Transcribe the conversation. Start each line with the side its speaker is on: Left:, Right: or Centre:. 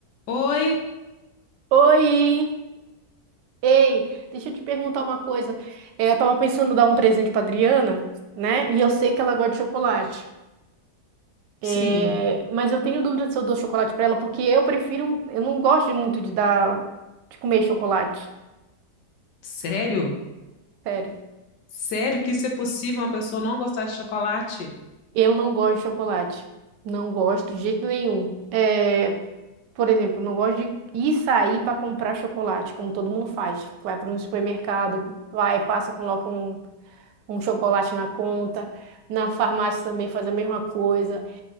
Left: Oi?
Right: Oi! Ei, deixa eu te perguntar uma coisa. É, eu tava pensando em dar um presente pra Adriana, né? E eu sei que ela gosta de chocolate.
Left: Sim.
Right: É, mas eu tenho dúvida se eu dou chocolate pra ela, porque eu prefiro. Eu não gosto muito de dar, de comer chocolate.
Left: Sério?
Right: Sério.
Left: Sério que isso é possível, uma pessoa não gostar de chocolate?
Right: Eu não gosto de chocolate. Não gosto de jeito nenhum. É, por exemplo, não gosto de ir sair para comprar chocolate, como todo mundo faz. Vai para um supermercado, vai, passa, coloca um. um chocolate na conta. Na farmácia também faz a mesma coisa.